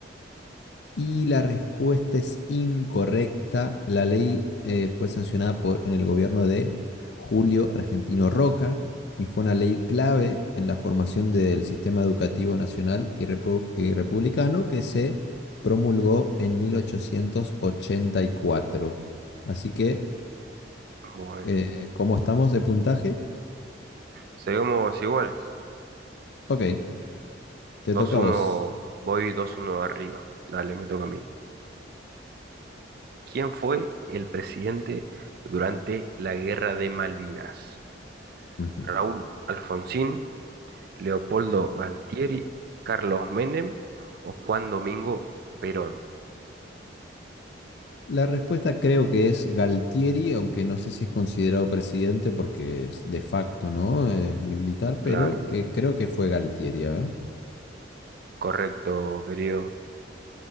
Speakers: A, on the left; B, on the right.
A: Y la respuesta es incorrecta. La ley eh, fue sancionada por, en el gobierno de Julio Argentino Roca y fue una ley clave en la formación del sistema educativo nacional y, repu- y republicano que se promulgó en 1884. Así que,
B: Bueno,
A: eh, ¿cómo estamos de puntaje?
B: seguimos iguales.
A: Ok, te
B: dos
A: toca
B: uno
A: a vos.
B: voy dos uno arriba. Dale, me toca a mí. ¿Quién fue el presidente durante la Guerra de Malvinas?
A: Ujú.
B: ¿Raúl Alfonsín, Leopoldo Galtieri, Carlos Menem o Juan Domingo Perón?
A: La respuesta creo que es Galtieri, aunque no sé si es considerado presidente porque es de facto, ¿no? Es militar, pero
B: Claro,
A: eh, creo que fue Galtieri, a ver.
B: correcto, querido.